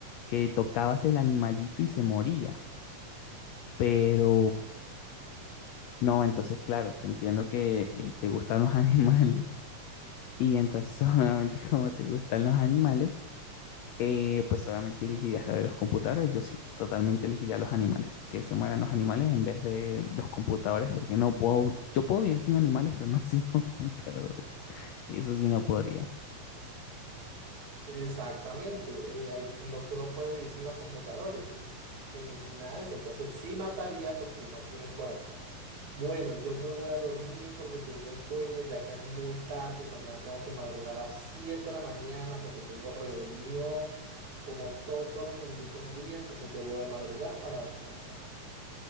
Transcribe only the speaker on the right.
Exactamente, eh, ahí no, tú no puedes vivir sin los computadores, sin, sin nada de eso. Entonces sí mataría porque no tienes corazón. Bueno, yo me voy a dormir porque tengo sueño, ya que es muy tarde. Mañana tengo que madrugar a las 7 de la mañana porque tengo reunión como todos los benditos días. Entonces debo de madrugar para descansar.